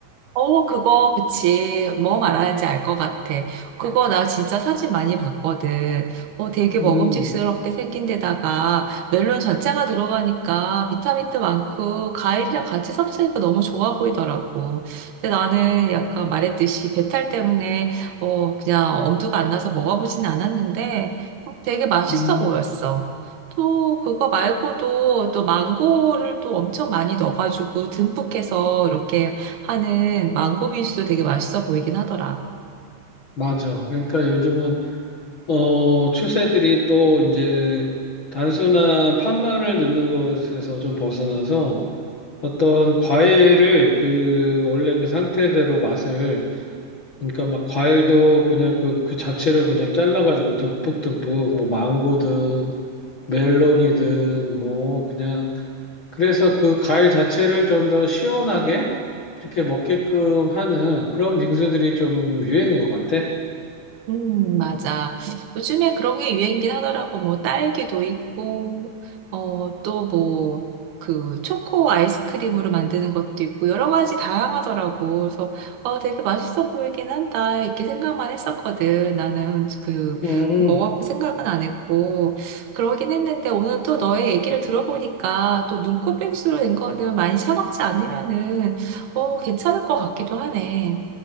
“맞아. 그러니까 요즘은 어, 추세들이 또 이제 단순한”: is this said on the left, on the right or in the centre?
Left